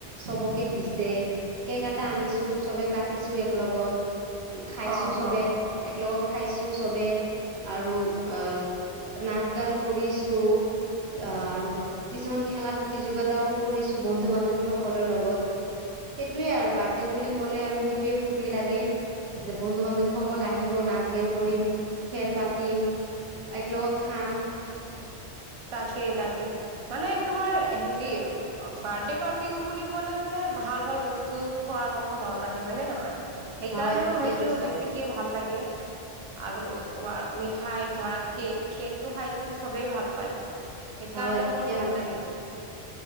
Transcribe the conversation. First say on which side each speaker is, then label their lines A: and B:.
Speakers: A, on the right; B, on the right.
A: চবকে দিছে। কেক এটা আনিছো চবে কাটিছো এক লগত। খাইছো
B: অ',
A: চবে
B: অ'।
A: একলগত। খাইছো চবে আৰু আ নাচ-গান কৰিছো। আ আৰু কিছুমান খেলা প্ৰতিযোগিতাও কৰিছো বন্ধু-বান্ধৱী সকলৰ লগত। সেইটোয়ে আৰু বাৰ্থডে বুলি ক'লে আৰু সেইটোয়ে ফূুৰ্তি লাগে। যে বন্ধু-বান্ধৱীসকল আহিব, নাচ-গান কৰিম, খেল পাত তিম একলগত খাম
B: তাকেই তাকে। মানে তোমাৰ হেৰি বাৰ্থডে পাৰ্টি বুলি ক'লে মানে ভাল-ভাল বস্তু খোৱাৰ কথা মনত আহে হয়নে নহয়? সেই
A: হয়
B: কাৰণেও
A: ঠিকে
B: হয়তো
A: কৈছা
B: বেছিকে ভাল লাগ আৰু তোমাৰ মিঠাই ধৰা কেক, কেকটো খাইতো চবেই ভাল পায়। সেইকাৰণেও
A: হয় ঠিকে
B: মোৰ ভাল
A: কৈছা
B: লাগে।